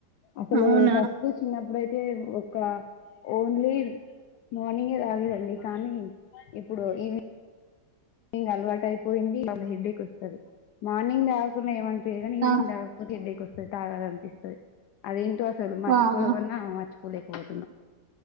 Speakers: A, on the left; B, on the right.
A: అసలే
B: అవునా
A: ఫస్ట్ చిన్న అప్పుడైతే ఒక ఓన్లీ మార్నింగే తాగేదండి కానీ ఇప్పుడు ఈవినింగ్ ఇంగా అలవాటు అయిపోయింది ఈ లోపలహెడ్ డెక్ వస్తుంది మార్నింగ్ తాగకున్న ఏమన నేను కానీ ఈవినింగ్
B: ఆ
A: తాగకపోతే హెడ్ డెక్ వస్తది సరే తాగాలనిపిస్తది అదేంటో అసలు మర్చిపోదమన్నా
B: వామ్మో
A: మర్చిపోలేకపోతున్నాం